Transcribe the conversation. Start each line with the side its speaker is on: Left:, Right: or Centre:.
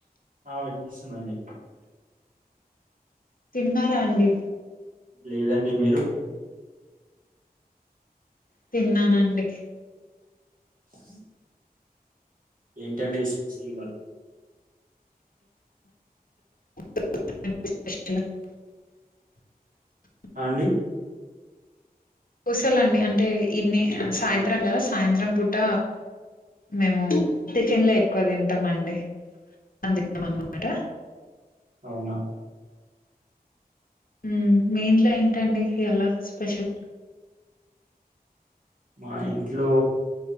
Right: ఆ వినిపిస్తుంది అండి
Left: తిన్నారా అండి
Right: లేదండి మీరు
Left: తిన్నానండి
Right: అ ఏంటండి ఇస్పెషల్ ఇవాళ
Left: <inaudible>
Right: అండి
Left: కుశలండి అంటే ఇవేని సాయంత్రం కదా సాయంత్రం పూట మేము టిఫెన్ లే ఎక్కువ తింటామండి <unintelligible> అన్నమాట
Right: అవునా
Left: ఉమ్ మీ ఇంట్లో ఏంటండి ఇయాలా స్పెషల్
Right: మా ఇంట్లో